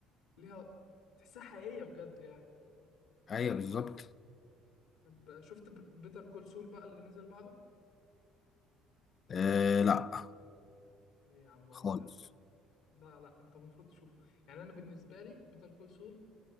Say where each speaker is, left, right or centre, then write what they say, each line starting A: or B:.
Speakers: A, on the left; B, on the left.
A: ليها تحسها حقيقيه بجد يعني
B: ايوه بالظبط
A: طب شفت بيتر كول سول بقى اللي نزل بعده
B: آه لا
A: ليه يا عم والله
B: خالص
A: لا لا انت المفروض تشوفه يعني انا بالنسبه لي بيتر كول